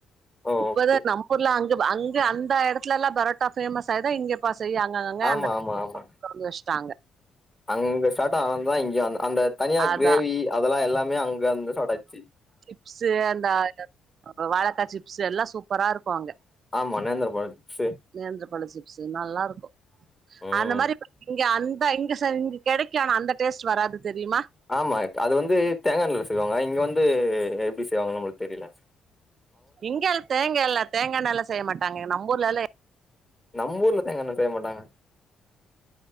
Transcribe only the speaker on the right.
இப்பதா
நம்மூர்ல அங்க அங்க அந்த எடத்துலல்லா பரோட்டா ஃபேமஸ் ஆய்டு இங்க அப்பா செய்ய அங்க கங்க
அந்த
தொறந்து வெச்ட்டாங்க
அதா
சிப்ஸ்சு அந்த இந்த வாழக்கா சிப்ஸ்சு எல்லா சூப்பரா இருக்கோ அங்க
நேந்தர பழோ சிப்ஸ்சு நல்லா இருக்கோ
அந்த மாறி இப்ப இங்க அந் தா இங்க சங் கெடைக்கோ ஆனா அந்த டேஸ்ட்டு வராது தெரியுமா
இங்கெல்லா தேங்கா இல்ல தேங்கா எண்ணெய்ல செய்ய மாட்டாங்க நம்பூர்ல எல்லா